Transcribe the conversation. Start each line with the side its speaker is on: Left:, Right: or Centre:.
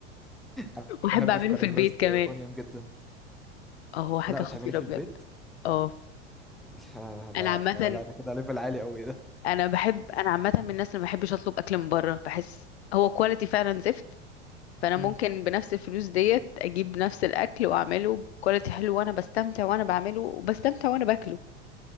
Centre: <laughs>
Left: واحب
Centre: بحب
Left: اعمله
Centre: الكارملايزد
Left: في البيت كمان
Centre: اونيون جدا
Left: اه هو حاجة
Centre: لا بتعمليه
Left: خطيرة
Centre: في
Left: بجد
Centre: البيت
Left: اه
Centre: <laughs>
Left: انا
Centre: ده
Left: عامة
Centre: لا ده كده ليفل عالي قوي ده
Left: انا بحب انا عامة من الناس اللي ما بحبش اطلب اكل من بره بحس هو كواليتي فعلا زفت
Centre: <laughs>
Left: فانا
Centre: امم.
Left: ممكن بنفس الفلوس ديت اجيب نفس الاكل واعمله بكواليتي حلو وانا بستمتع وانا بعمله وبستمتع وانا باكله